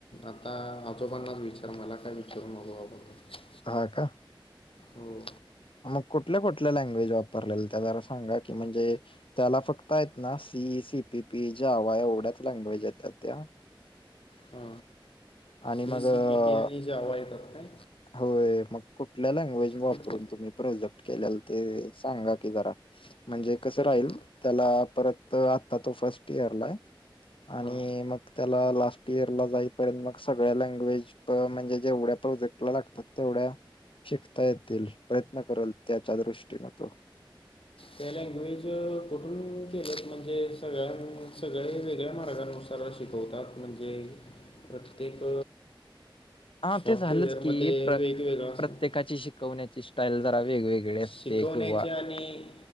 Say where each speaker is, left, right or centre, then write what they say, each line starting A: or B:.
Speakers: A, on the left; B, on the left.
A: आता आजोबा पन्नास विचार तर मला काय विचारू नको आपणच
B: हा का
A: हो
B: मग कुठल्या कुठल्या लँग्वेज वापरलेल्या त्या जरा सांगा की म्हणजे त्याला फक्त आहेत ना सीई सी पी पी ज्या हवा एवढ्याच लँग्वेज आहेत त्या त्या
A: हा
B: आणि
A: ते
B: मग
A: सी
B: अ,
A: पी पियानी जावा येतात काय
B: होय मग कुठल्या लँग्वेज वापरून
A: कुठ
B: तुम्ही प्रोजेक्ट केलेला ते सांगा की जरा म्हणजे कसं
A: परत
B: राहील त्याला परत आता तो फर्स्ट इयरला आहे आणि
A: हां
B: मग त्याला लास्ट इयर ला जायच पर्यंत मग सगळ्या लँग्वेज म्हणजे जेवढ्या प्रोजेक्ट लागतात तेवढ्या शिकता येतील प्रयत्न करेल त्याच्या दृष्टीनं तो
A: त्या लँग्वेज कुठून केलेत म्हणजे सगळ्यां सगळे वेगळ्या मार्गानुसार तर शिकवतात म्हणजे प्रत्येक
B: हा
A: सॉफ्टवेअरमध्ये
B: ते झालंच की प्र
A: वेगवेगळं असतं
B: प्रत्येकाची शिकवण्याची स्टाईल जरा वेगवेगळी असते
A: शिकवण्याच्या
B: किंवा
A: आणि